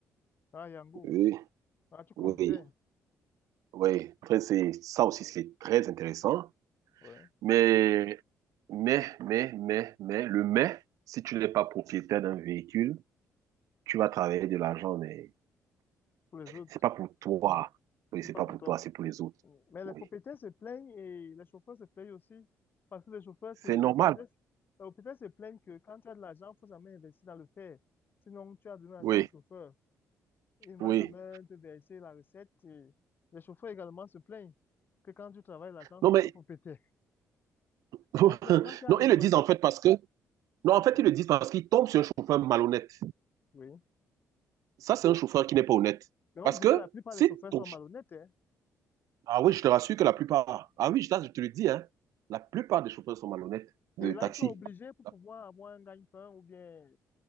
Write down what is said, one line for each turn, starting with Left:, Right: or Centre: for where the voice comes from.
Left: Ah, Yango.
Right: Oui,
Left: Ah, tu conduisais.
Right: oui, oui. Après, c'est, ça aussi, c'est très intéressant.
Left: Oui.
Right: Mais, mais, mais, mais, mais, le mais, si tu n'es pas propriétaire d'un véhicule, tu vas travailler de l'argent, mais
Left: Pour les autres.
Right: c'est pas pour toi. Oui,
Left: C'est
Right: c'est
Left: pas
Right: pas
Left: pour
Right: pour
Left: toi.
Right: toi, c'est pour les autres.
Left: Mais les
Right: Oui.
Left: propriétaires se plaignent et les chauffeurs se plaignent aussi. Parce que les chauffeurs,
Right: C'est
Left: se-
Right: normal.
Left: les propriétaires, les propriétaires se plaignent que quand tu as de l'argent, il faut jamais investir dans le fer. Sinon, tu as donné l'argent
Right: Oui,
Left: au chauffeur. Il ne
Right: oui.
Left: va jamais te verser la recette. et les chauffeurs également se plaignent que quand tu travailles, l'argent,
Right: Non,
Left: c'est
Right: mais,
Left: pour le propriétaire.
Right: <laughs>
Left: Donc, finalement, qui a
Right: non,
Left: raison
Right: ils le
Left: dans
Right: disent
Left: tout
Right: en
Left: ça?
Right: fait parce que, non, en fait,
Left: Ouais,
Right: ils le disent parce qu'ils tombent sur un chauffeur malhonnête.
Left: oui.
Right: Ça, c'est un chauffeur qui n'est pas honnête.
Left: Mais on
Right: Parce
Left: dirait
Right: que
Left: que la plupart
Right: si
Left: des chauffeurs
Right: ton...
Left: sont malhonnêtes, hein.
Right: Ah oui, je te rassure que la plupart... Ah oui, je te je te le dis, hein, la plupart des chauffeurs sont malhonnêtes de
Left: Et là,
Right: taxi.
Left: ils sont obligés pour
Right: Ah
Left: pouvoir avoir un gagne-pain ou bien